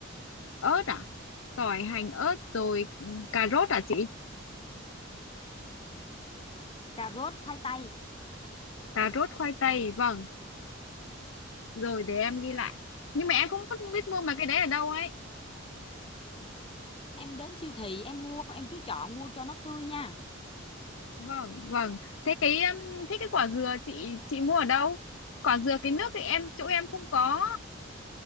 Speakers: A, on the left (about 70°); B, on the left (about 25°).
A: ớt à tỏi hành ớt rồi ừ, cà rốt à chị
B: cà rốt khoai tây
A: cà rốt khoai tây vâng rồi để em ghi lại nhưng mà em không biết biết mua mà cái đấy ở đâu ấy
B: em đến siêu thị em mua em cứ chọn mua cho nó tươi nha
A: vâng vâng thế cái um, thế cái quả dừa chị chị mua ở đâu quả dừa cái nước thì em chỗ em không có